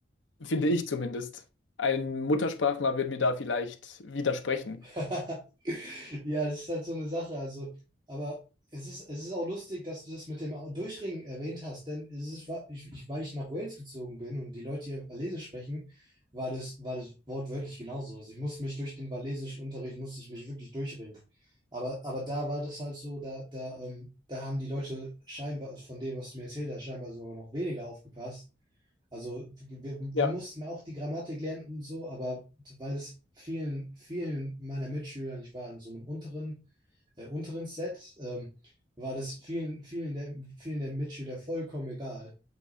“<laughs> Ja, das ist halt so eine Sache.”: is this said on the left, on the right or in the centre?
Right